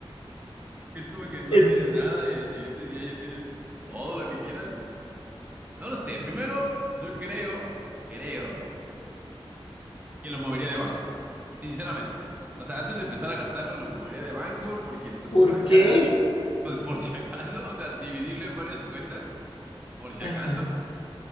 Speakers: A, on the right; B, on the left.
A: Porque es como que no
B: Es,
A: tienes nada y al siguiente día ya tienes todo lo que quieras. Mm, No lo sé. Primero, yo creo, creo. que lo movería de banco, sinceramente. O sea, antes de empezar a gastarlo, lo movería de banco porque pues
B: ¿por
A: por acá,
B: qué?
A: <laughs> pues por si acaso, o sea, dividirlo en varias cuentas, por si
B: Ajá.
A: acaso,